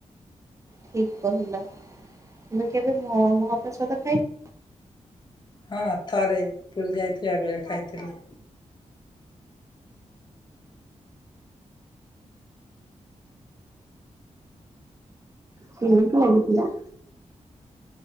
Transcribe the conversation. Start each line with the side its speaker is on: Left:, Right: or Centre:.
Right: ଠିକ କହିଲା ତମେ କେବେ ମହାପ୍ରସାଦ ଖାଇଛ?
Left: ହଁ ଥରେ ପୁରୀ ଯାଇଥିବା ବେଳେ ଖାଇଥିଲି,
Right: କେମିତି ଲାଗିଥିଲା <inaudible>